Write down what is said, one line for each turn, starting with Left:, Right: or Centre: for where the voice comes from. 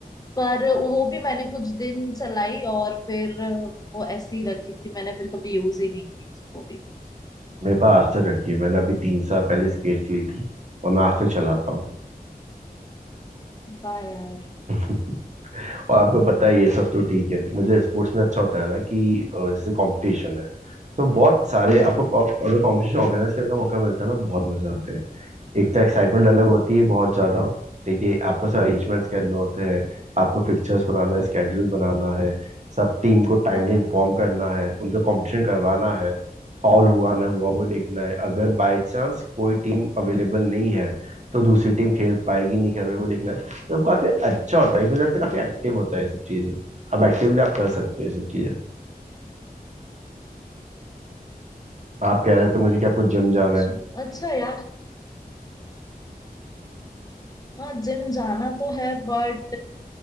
Left: पर वो भी मैंने कुछ दिन चलाई और फिर अ, वो ऐसी ही रखी थी मैंने फिर कभी यूज ही नहीं की वो भी
Right: मेरे पास आज तक रखी है मैंने अभी तीन साल पहले स्केट्स ली थी और मैं आज तक चलाता हूँ।
Left: वाह यार
Right: और आपको पता है ये सब तो ठीक है मुझे स्पोर्ट्स में अच्छा होता है ना कि अ, जैसे कंपटीशन है तो बहुत सारे
Left: हम्म
Right: आपको अगर कंपटीशन ऑर्गेनाइज करने का मौका मिलता है ना बहुत मजा आता है एक तो एक्साइटमेंट अलग होती है बहुत ज़्यादा ठीक है आपको सब अरेंजमेंट्स करने होते हैं आपको फिक्चर्स बनाना है स्केड्यूल बनाना है सब टीम को टाइमली
Left: हाँ
Right: इन्फॉर्म करना है उनका कंपटीशन करवाना है फाउल हुआ ना हुआ वो देखना है अगर बाई चांस कोई टीम अवेलेबल नहीं है तो दूसरी टीम खेल पाएगी नहीं खेल पाएगी वो देखना है तो काफ़ी अच्छा होता है मुझे लगता है काफ़ी एक्टिव होता है ये सब चीज़ें अब एक्टिवली आप कर सकते हो ये सब चीज़ें आप कह रहे थे मुझे कि आपको जिम जाना
Left: अच्छा
Right: है
Left: अच्छा यार हाँ जिम जाना तो है बट